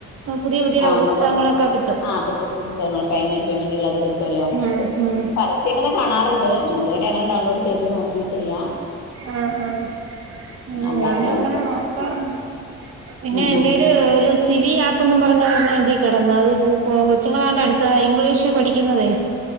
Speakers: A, on the right; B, on the left.
A: പുതിയ പുതിയ
B: ആഹ്
A: പുസ്തകങ്ങളൊക്കെ
B: നല്ല ബുസ്
A: കിട്ടും
B: ആഹ് പുതിയ <unintelligible> പെയ്മെ പെയ്മെന്റ് ഇല്ലാതെ കിട്ടുല്ലോ
A: ഉം ഉം
B: പരസ്യം ഇങ്ങനെ കാണാറുണ്ട് ഞാൻ ഇതുവരെ അങ്ങനെ ഡൗൺലോഡ് ചെയ്ത് നോക്കിയിട്ടില്ല
A: ആഹ് ആഹ് ഉമ്
B: അല്ലാത്തതൊക്കെ
A: ഞാനും അങ്ങനെ
B: ഇങ്ങനെ
A: നോക്കാറുണ്ട് പിന്നെ
B: ഉം
A: എന്റെല്
B: ഉം ഉം
A: ഒരു സ് സിവി ആപ്പ്ന്നും പറഞ്ഞ ഒരെണ്ണം ഇതി കിടന്ന അത് കു കൊ കൊച്ചുങ്ങളാണ്ട് അടുത്ത ഇംഗ്ലീഷ് പഠിക്കുന്നതെ